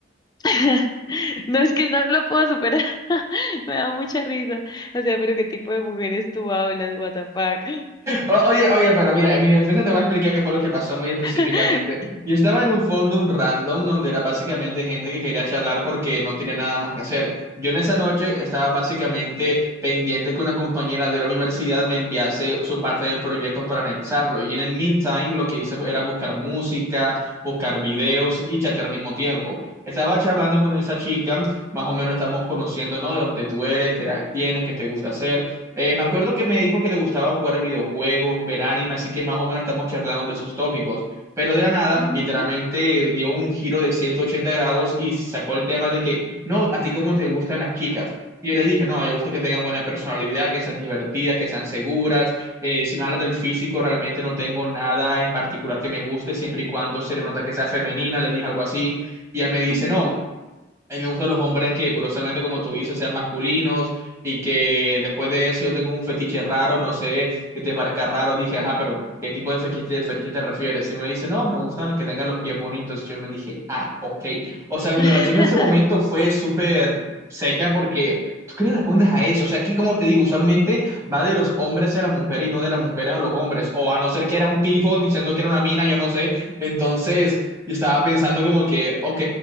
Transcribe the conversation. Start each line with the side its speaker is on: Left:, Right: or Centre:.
Left: <laughs> No es que no lo puedo superar. <laughs> Me da mucha risa. O sea, pero ¿qué tipo de mujeres tú hablas, what the fuck?
Right: O- Oye, oye, pero mira, en mi defensa te voy a explicar qué fue lo que pasó muy específicamente.
Left: <laughs>
Right: Yo estaba en un fondo, un random, donde era básicamente gente que quería charlar porque no tenía nada más que hacer. Yo en esa noche estaba básicamente pendiente que una compañera de la universidad me enviase su parte del proyecto para anexarlo. Y en el meantime, lo que hice era buscar música, buscar videos y chatear al mismo tiempo. Estaba charlando con esa chica, más o menos estamos conociendo, ¿no? De dónde tú eres, qué edad tienes, qué te gusta hacer. Eh, me acuerdo que me dijo que le gustaba jugar videojuegos, ver anime, así que más o menos estamos charlando de esos tópicos. Pero de la nada,
Left: Ujú,
Right: literalmente dio un giro de 180 grados y sacó el tema de que, no, ¿a ti cómo te gustan las chicas? Y yo le dije, no, me gusta que tengan buena personalidad, que sean divertidas, que sean seguras. Eh, si me hablas del físico, realmente no tengo nada en particular que me guste, siempre y cuando se le nota que sea femenina, le dije algo así. Y ella me dice,
Left: ujú.
Right: no, a mí me gustan los hombres que, curiosamente, como tú dices, sean masculinos y que después de eso yo tengo un fetiche raro, no sé, que te parezca raro. Dije, ajá, pero ¿qué tipo de fetiche, fetiche te refieres? Y me dice, no, me gustan que tengan los pies bonitos. Yo me dije, ah, ok. O sea, mi
Left: <laughs>
Right: reacción en ese momento fue súper seca porque tú qué le respondes a eso. O sea, aquí, como te digo, usualmente va de los hombres a las mujeres y no de las mujeres a los hombres. O a no ser que era un tipo diciendo que era una mina, yo no sé. Entonces. Y estaba pensando como que, ok,